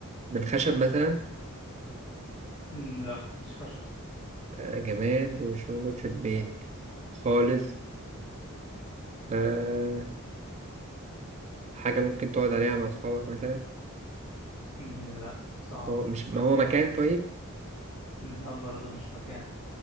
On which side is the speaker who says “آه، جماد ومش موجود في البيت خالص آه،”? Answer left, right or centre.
Right